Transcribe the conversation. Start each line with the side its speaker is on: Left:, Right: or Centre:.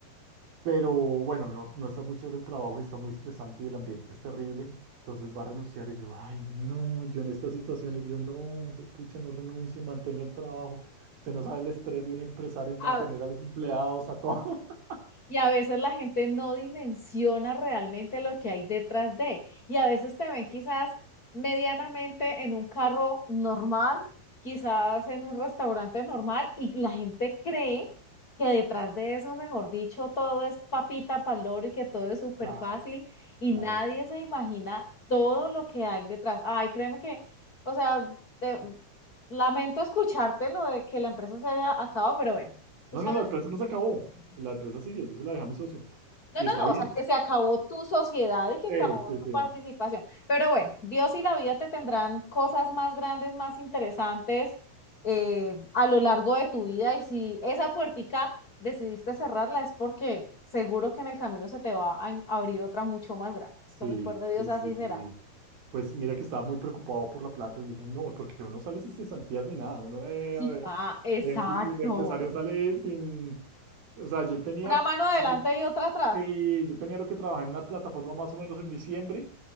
Right: pero bueno, no, no está muy chévere el trabajo y está muy estresante y el ambiente es terrible. Entonces va a renunciar y yo, ay, no, y yo en estas situaciones, yo no, pucha, no renuncie, mantenga el trabajo. Usted no sabe el estrés de un empresario en mantener
Left: A-
Right: a los empleados, a todo. <laughs>
Left: Y a veces la gente no dimensiona realmente lo que hay detrás de. Y a veces te ven quizás medianamente en un carro normal, quizás en un restaurante normal, y la gente cree que detrás de eso, mejor dicho, todo es papita paloro y que todo es súper
Right: Claro,
Left: fácil y
Right: claro,
Left: nadie
Right: claro.
Left: se imagina todo lo que hay detrás. Ay, créeme que, o sea, te- lamento escucharte lo de que la empresa se haya acabado, pero bueno. Tú
Right: No,
Left: sabes
Right: no, la empresa no se acabó. La empresa sigue, yo se la dejé a mi socio.
Left: No,
Right: Y
Left: no,
Right: está
Left: no,
Right: bien.
Left: o sea, que se acabó tu sociedad y que acabó
Right: Sí, sí,
Left: tu
Right: sí,
Left: participación. Pero bueno, Dios y la vida te tendrán cosas más grandes, más interesantes eh, a lo largo de tu vida. Y si esa puertica decidiste cerrarla es porque seguro que en el camino se te va a en- abrir otra mucho más grande.
Right: sí,
Left: Con el poder de Dios
Right: sí,
Left: así
Right: sí, sí.
Left: será.
Right: Pues mira que estaba muy preocupado por la plata y dije, no, porque uno sale sin cesantías ni nada, uno de,
Left: Sí. Ah, exacto.
Right: de, empl- de empresario sale sin, o sea, yo tenía,
Left: Una mano adelante
Right: lo
Left: y otra atrás.
Right: que- yo tenía lo que trabajé en una plataforma más o menos en diciembre,